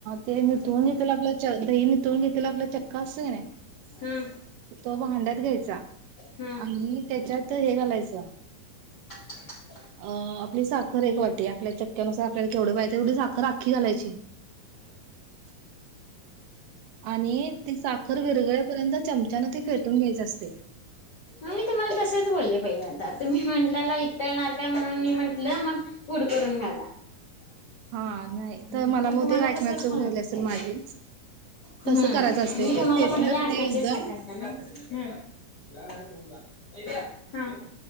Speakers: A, on the right (about 80°); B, on the left (about 65°).
A: ते निथळून घेतलेलं आपला च दही निथळून घेतलेला आपला चक्का असते कीनाय
B: हा
A: तो भांड्यात घ्यायचा
B: हा
A: आणि त्याच्यात ते हे घालायच
B: <unintelligible>
A: अ आपली साखर एक वाटे, आपल्या चक्क्यानुसार आपल्याला केवढे पाहिते एवढी साखर आखी घालायची. <unintelligible> आणि ती साखर विरगळपर्यंत चमचान ती फेटून घ्यायच असते.
B: आणि ती म, तसेच बोलले पहील्यादा तुम्ही म्हटल्याला इतळनार काय म्हणून मी म्हंटलं मग पूड करून घाला. ह <unintelligible>
A: हा नाही
B: मी
A: तर मला बहुतेक
B: तुम्हाला
A: ऐकण्यात
B: तसच
A: चूक
B: सांगतेय
A: झाली असेल माझी.
B: हम्
A: तसं करायचं असते
B: मी
A: ते
B: तुम्हाला
A: फेटलं
B: म्हणटल <unintelligible>
A: क नाही एकदम
B: हम्म हा